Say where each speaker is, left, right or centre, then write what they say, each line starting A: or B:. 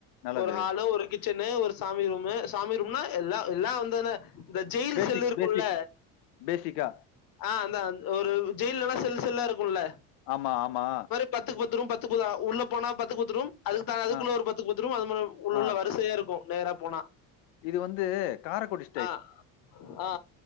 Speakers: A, on the left; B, on the left.
A: நல்லது.
B: ஒரு ஹாலு ஒரு கிச்சன் ஒரு சாமி ரூமு சாமி ரூம்னா எல்லா எல்லா ஒன்தானே இந்த ஜெயில்
A: பேசிக்
B: செல் இருக்கும்ல
A: பேசிக் பேசிக்கா.
B: ஆ அந்தா ஒரு ஜெயில்ல எல்லா செல்லு செல்லா இருக்கும்ல
A: ஆமா ஆமா
B: பத்து பத்துகு பத்து ரும் பத்து உள்ள போனா பத்து பத்துகு பத்ரும் அதுக்கு அதுக்குள்ள
A: ஆ,
B: ஒரு பத்து பத்துக்கு பத்துரும் அது மாரி உள்ள வருது
A: ஆ.
B: வரிசய இருக்கு நேர போனா
A: இது வந்து காரக்குடி
B: ஆ ஆ